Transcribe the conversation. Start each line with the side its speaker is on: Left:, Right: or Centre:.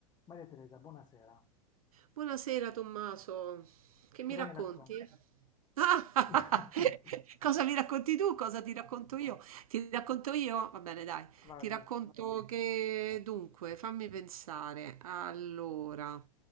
Left: Maria Teresa, buonasera.
Right: Buonasera Tommaso, che mi
Left: Cosa
Right: racconti?
Left: mi racconti?
Right: Ah,
Left: <laughs>
Right: <laughs> cosa mi racconti tu? Cosa ti racconto io? Ti racconto io? Va bene, dai.
Left: Vadi.
Right: Ti racconto che dunque, fammi pensare. Allora,